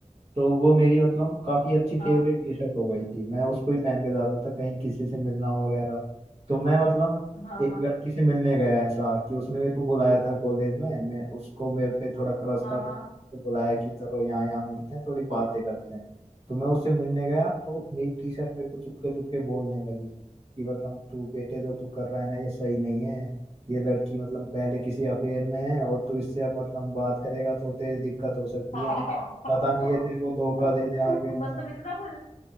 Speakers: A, on the right (about 50°); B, on the left (about 85°).
A: तो वो मेरी मतलब काफी अच्छी फेवरेट
B: हाँ
A: टी शर्ट हो गई थी मैं उसको ही पहन के जाता था कहीं किसी से मिलना हो वगैरह तो मैं मतलब
B: हाँ
A: एक
B: हाँ
A: लड़की से मिलने गया ऐसा कि उसने मेरे को बुलाया था कॉलेज में मैं उसको मेरे पे थोड़ा क्रश
B: हाँ
A: था तो उसको बुलाया कि चलो यहाँ यहाँ मिलते हैं थोड़ी बातें करते हैं तो मैं उससे मिलने गया तो मेरी टी शर्ट मेरे को चुपके चुपके बोलने लगी कि मतलब तू बेटे जो तू कर रहा है ना ये सही नहीं है ये लड़की मतलब पहले किसी अफेयर में है और तू इससे अब मतलब बात करेगा तो तेरी दिक्कत हो सकती
B: हाँ
A: है
B: हाँ
A: पता नहीं ये तेरे को धोखा
B: <laughs>
A: दे दे आगे
B: मतलब
A: ऐसा
B: इतना कुछ